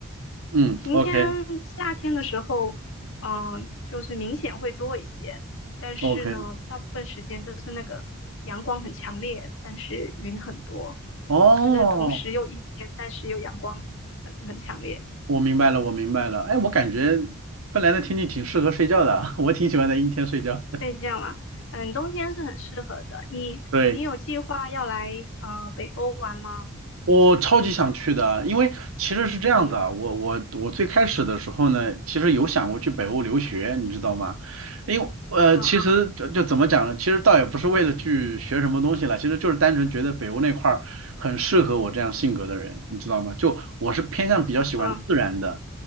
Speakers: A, on the right (about 70°); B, on the left (about 60°).
A: 嗯，OK
B: 晴天，夏天的时候，嗯、就是明显会多一些，但是呢，
A: OK，
B: 大部分时间就是那个阳光很强烈，但是云很多，
A: 哦。
B: 就是同时又阴天，但是又阳光很很强烈，
A: 我明白了，我明白了。哎，我感觉本来的天气挺适合睡觉的啊 <laughs> 我挺喜欢在阴天睡觉的
B: 可以这样吗？嗯，冬天是很适合的。你你有计划要来啊、
A: 对。
B: 呃北欧玩吗？
A: 我超级想去的啊，因为其实是这样的，
B: 嗯
A: 啊，我我我最开始的时候呢，其实有想过去北欧留学，你知道吗？因为呃，
B: 嗯
A: 其实就就怎么讲呢，其实倒也不是为了去学什么东西了，其实就是单纯觉得北欧那块儿很适合我这样性格的人，你知道吗？就我是偏向比较喜欢自然的，
B: 嗯，